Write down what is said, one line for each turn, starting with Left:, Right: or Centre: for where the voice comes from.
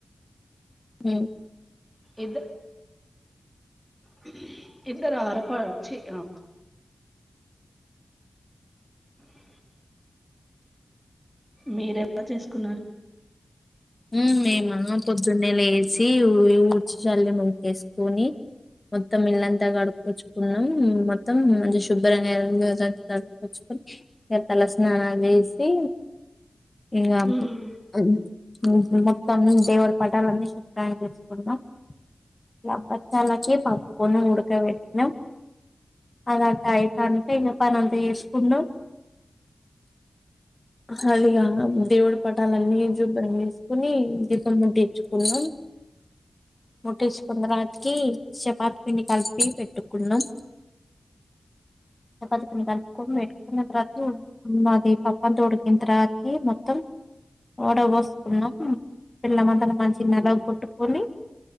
Left: ఉమ్
Centre: ఇద్ హ్ ఇద్దరు ఆరపర చి హ అ మీరు ఎలా చేసుకున్నారు?
Left: హ్ మేమా పొద్దున్నే లే సి ఊడ్చి చల్లి ముగ్గేసుకొని, మొత్తం ఇల్లంతా కడుక్కొచ్చుకున్నాం. మొత్తం మంచి శుభ్రంగా ఆ <inaudible> చ్చుకొని ఇగ తల స్నానాలు చేసి ఇగా
Centre: ఉమ్,
Left: హ్ మొత్తం దేవుడి పటాలన్నీ శుభ్రం చేసుకున్నాం. ఇగ బచ్చాలకి పప్పు పూర్ణం ఉడక పెట్టినం. అది అటు అయింతాంటే ఇగా పనంతా చేసుకున్నాం. హ అదిగా
Centre: ఉమ్,
Left: దేవుడు పటాలన్ని శుభ్రం చేసి సుకుని దీపం ముట్టిచ్చుకున్నాం. ముట్టించు కున్న తర్వాతకి చెపాత్ పిండి కలిపి పెట్టుకున్నం. చపాతి పిండి కలుపుకొని పెట్టుకున్న తర్వత హ్ అది ప పంతోడికింత రాతి మొత్తం ఓడ పోసుకున్నాం బెల్లం అన్ అలా మంచిగా
Centre: ఉమ్,
Left: నలా కొట్టుకొని